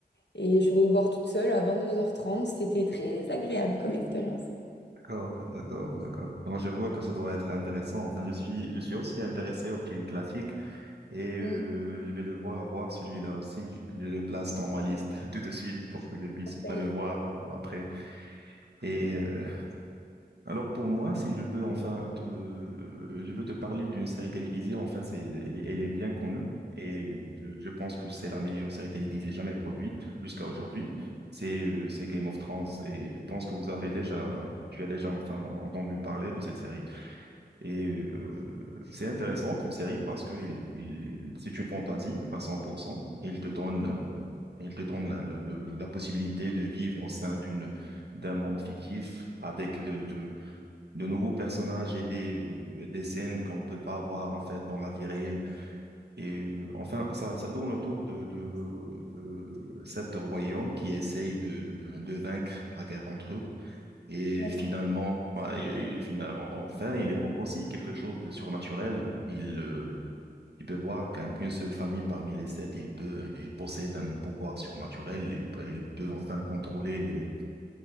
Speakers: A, on the left (about 90°); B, on the right (about 75°).
A: et je suis allée le voir toute seule à vingt-deux heures trente. C'était très agréable comme expérience.
B: D'accord, d'accord, d'accord. Alors, je vois que ça doit être intéressant. Enfin, je suis, je suis aussi intéressé aux films classiques et euh,
A: Mhm.
B: je vais devoir voir celui-là aussi. Je le place dans ma liste <laughs> tout de suite pour que je puisse
A: Ouais,
B: enfin, le voir euh, après. Et euh, Alors pour moi, si je veux enfin te, euh, je veux te parler d'une série télévisée, enfin c'est, elle, elle est bien connue et euh, je, je pense que c'est la meilleure série télévisée jamais produite jusqu'à aujourd'hui. C'est euh, c'est Game of Thrones et je pense que vous avez déjà, tu as déjà enfin entendu parler de cette série. Et euh, c'est intéressant comme série parce que il, il- il- c'est une fantaisie à 100%. Et il te donne euh, il te donne la, le- le- la possibilité de vivre au sein d'une d'un monde fictif avec de, de, de nouveaux personnages et des, euh, des scènes qu'on peut pas avoir en fait dans la vie réelle. Et euh, enfin, ça, ça tourne autour de, de, de sept royaumes qui essayent de, de, de vaincre la guerre entre eux. Et
A: D'accord.
B: finalement, ouais, et- et fina- enfin, il évoque aussi quelque chose de surnaturel. Il, euh, il peut voir qu'un- qu'une seule famille parmi les sept, il peut, il possède un pouvoir surnaturel. Il peut, il peut enfin contrôler les,